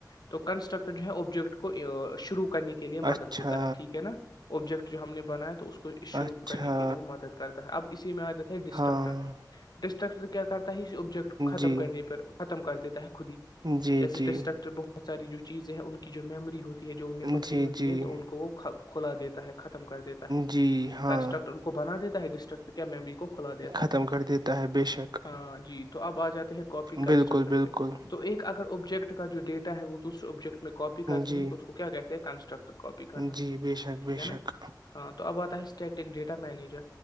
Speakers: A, on the left; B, on the right.
A: تو کنٹرکٹر جو ہے آبجیکٹ کو شرو کر کرنے کے لیے مدد
B: اچھا
A: ہوتا ہے ٹھیک ہے نا آبجیکٹ ہم نے بنایا تو اس شروع
B: اچھا
A: کرنے کے لیے وہ مدد کرتا ہے اب اسی میں آ جاتا ہے ڈسٹرکٹر
B: ہاں
A: ڈسٹر اسٹرر کیا کر ہی اس آبجیکٹ کو ختم
B: جی
A: کرنے پر ختم کر دیتا ہے خود ہی
B: جی
A: جیسے
B: جی
A: ڈسٹرکٹر بہت ساری جو چیزیں ہیں ان کی جو میمری ہوتی ہے جو ان نے پکڑی
B: جی
A: ہوتی
B: جی
A: ہے تو ان کو وہ کھلا دیتا ہے ختم کر دیتا ہے
B: جی ہاں
A: کنسٹرکٹر ان کو بنا دیتا ڈسٹرر ممری کو کھلا دیتا
B: ختم
A: ہےتم
B: کر دیتا ہے بے شک
A: ہاں جی تو اب آ جاتے ہے کاپی کنسٹرکٹر
B: بالکل بالکل
A: پہ تو ایک اگر آبجیکٹ کا جو ڈیٹا ہے وہ سر آبجیکٹ میں کاپی کرتے
B: جی
A: ہیں تو اس کو کیا کہتے کنسٹرکٹ کاپی کرنا
B: جی بے شک
A: ٹھیک
B: بے
A: ہے نا
B: شک
A: ہاں تو اب آتا ہے اسٹیٹ ٹ ڈیٹا مینیجر